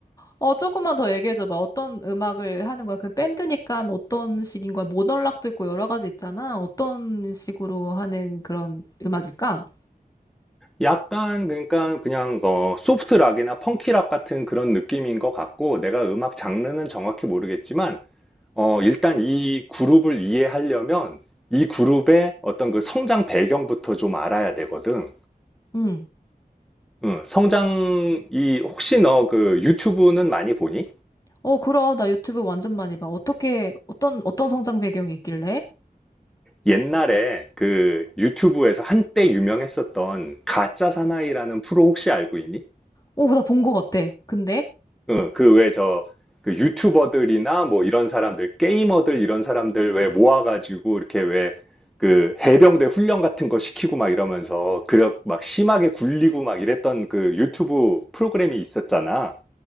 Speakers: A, on the left; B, in the centre.
A: 어, 조금만 더 얘기해줘봐. 어떤 음악을 하는 거야? 그 밴드니까 어떤 식인 거야? 모던락도 있고 여러 가지 있잖아. 어떤 식으로 하는 그런 음악일까?
B: 약간 그러니까 그냥 어, 소프트 락이나 펑키 락 같은 그런 느낌인 것 같고 내가 음악 장르는 정확히 모르겠지만 어, 일단 이 그룹을 이해하려면 이 그룹의 어떤 그 성장 배경부터 좀 알아야 되거든.
A: 응.
B: 응, 성장이 혹시 너 그 유튜브는 많이 보니?
A: 어, 그럼. 나 유튜브 완전 많이 봐. 어떻게, 어떤, 어떤 성장 배경이 있길래?
B: 옛날에 그 유튜브에서 한때 유명했었던 가짜 사나이라는 프로 혹시 알고 있니?
A: 오, 나 본 거 같아. 근데?
B: 어, 그 왜 저, 그 유튜버들이나 뭐 이런 사람들, 게이머들 이런 사람들 왜 모아가지고 이렇게 왜 그 해병대 훈련 같은 거 시키고 막 이러면서 그막 력 심하게 굴리고 막 이랬던 그 유튜브 프로그램이 있었잖아.